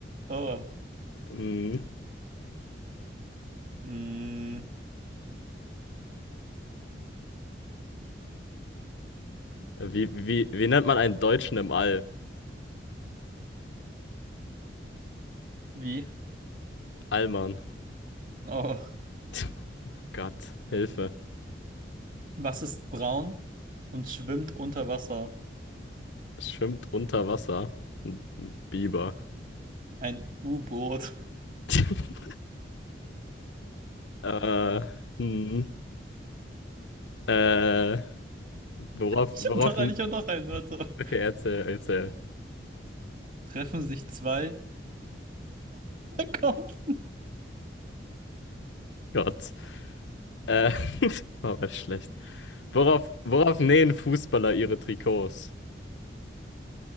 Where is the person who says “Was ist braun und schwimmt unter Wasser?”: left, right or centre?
Right